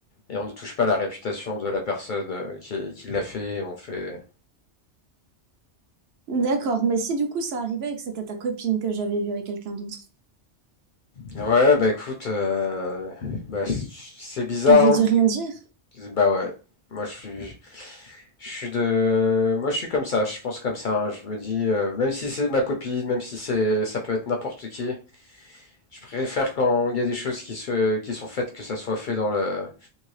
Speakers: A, on the left (about 60°); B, on the right (about 65°).
A: Et on ne touche pas la réputation de la personne euh, qui, qui l'a fait. On fait.
B: d'accord. Mais si du coup ça arrivait et que c'était ta copine que j'avais vue avec quelqu'un d'autre,
A: Ouais, bah écoute, euh, bah, c'est c'est bizarre.
B: j'aurais dû
A: hein.
B: rien dire.
A: Bah ouais, moi je suis, je suis de, moi je suis comme ça, je pense comme ça. hein. Je me dis, euh, même si c'est ma copine, même si c'est, ça peut être n'importe qui, je préfère quand il y a des choses qui se, qui sont faites que ça soit fait dans le,